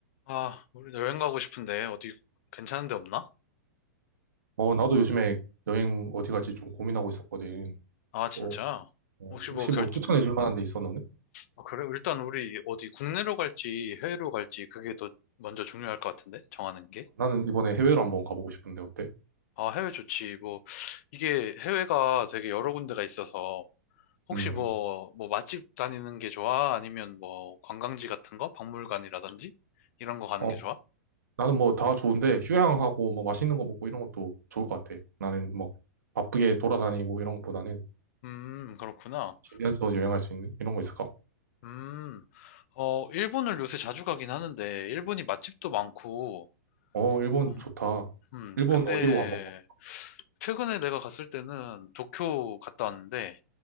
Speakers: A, on the left; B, on the right.
A: 아, 우리 여행 가고 싶은데 어디 괜찮은 데 없나?
B: 어, 나도 요즘에 여행 어디 갈지 좀 고민하고 있었거든.
A: 아, 진짜?
B: 어, 어,
A: 혹시
B: 혹시
A: 뭐 결,
B: 뭐 추천해 줄 만한 데 있어, 너는?
A: 아, 그래? 일단 우리 어디 국내로 갈지 해외로 갈지 그게 더 먼저 중요할 것 같은데? 정하는 게?
B: 나는 이번에 해외로 한번 가보고 싶은데 어때?
A: 아, 해외 좋지. 뭐, 이게 해외가 되게 여러 군데가 있어서 혹시
B: 음,
A: 뭐, 뭐 맛집 다니는 게 좋아? 아니면 뭐 관광지 같은 거? 박물관이라든지? 이런 거 가는
B: 어,
A: 게 좋아?
B: 나는 뭐 다 좋은데 휴양하고 뭐 맛있는 거 먹고 이런 것도 좋을 것 같아. 나는 뭐 바쁘게 돌아다니고 이런 것보다는
A: 음, 그렇구나.
B: 집에서 여행할 수 있는 이런 거 있을까?
A: 음, 어, 일본을 요새 자주 가긴 하는데 일본이 맛집도 많고
B: 어, 일본
A: 음,
B: 좋다.
A: 음,
B: 일본
A: 근데
B: 어디로 한번 가?
A: 최근에 내가 갔을 때는 도쿄 갔다 왔는데,